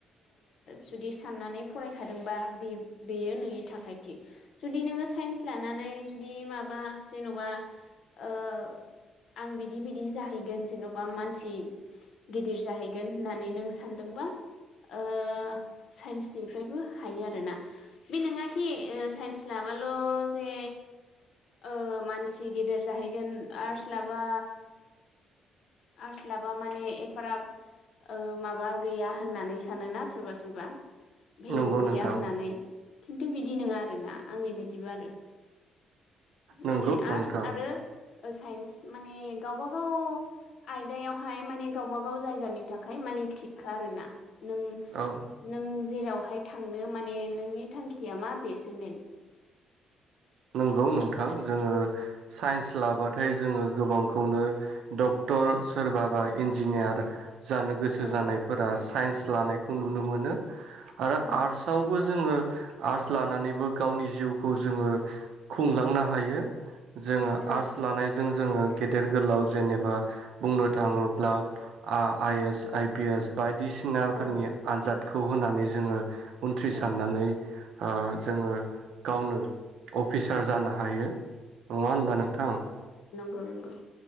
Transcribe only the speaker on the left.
जुदि साननानै फरायखादोंबा बे बेयो नोंनि थाखाय थिग जुदि नोङो साइन्स लानानै जुदि माबा जेन'बा ओ आं बिदि बिदि जाहैगोन जेन'बा मानसि गिदिर जाहैगोन होननानै नों सानदोंबा ओ साइन्सनिफ्रायबो हायो आरोना बे नङााखि साइन्स लाबाल' जे ओ मानसि गेदेर जाहैगोन आर्टस लाबा आर्टस लाबा माने ओ एफाराब माबा गैया होननानै सानोना सोरबा सोरबा भेलु
गैया
होननानै । खिन्थु बिदि नङा आरोना आंनि बायदिबा आरो। माने
आर्टस
आरो साइन्स माने गावबा गाव आयदायावहाय माने गावब गाव जायगानि थाखाय माने थिगखा आरोना। नों
नों जेरावहाय थांनो माने नोंनि थांखिया मा बे सिमेन
औ
औ
औ
उम
औ
औ
नोंगौ नोंगौ